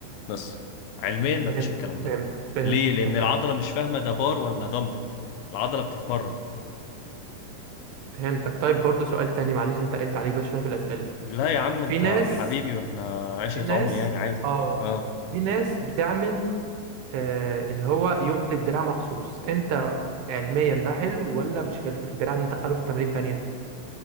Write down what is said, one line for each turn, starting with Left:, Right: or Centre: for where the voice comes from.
Left: بس علميا مفيش
Right: فهمتك
Left: الكلام ده
Right: فهمتك فهمتك
Left: ليه لان
Right: فهمتك
Left: العضله مش فاهمه ده بار ولا دمبل العضله بتتمرن
Right: فهمتك طيب برضو سؤال تاني معلش انت قلت عليك بس شوية في الأسئلة
Left: لا يا عم
Right: في
Left: انت
Right: ناس
Left: حبيبي واحنا عشره
Right: في ناس
Left: عمر يعني عادي
Right: اه
Left: اه
Right: في ناس بتعمل آه اللي هو يوم للدراع مخصوص انت علميا ده حلو ولا مش حلو الدراع ندخله في تمارين تانية